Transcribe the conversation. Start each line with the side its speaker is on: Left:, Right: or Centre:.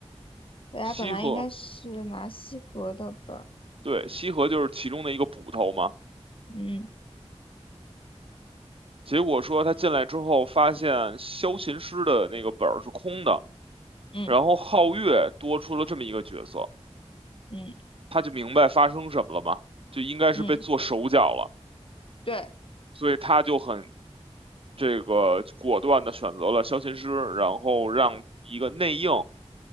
Left: 大家本来应该是拿西河的本。
Right: 西河，对，西河就是其中的一个捕头嘛。
Left: 嗯
Right: 结果说他进来之后，发现萧琴师的那个本儿是空的，
Left: 嗯
Right: 然后皓月多出了这么一个角色，
Left: 嗯
Right: 他就明白发生什么了嘛，就应该是被做手脚了，
Left: 嗯，对
Right: 所以他就很这个果断的选择了萧琴师，然后让一个内应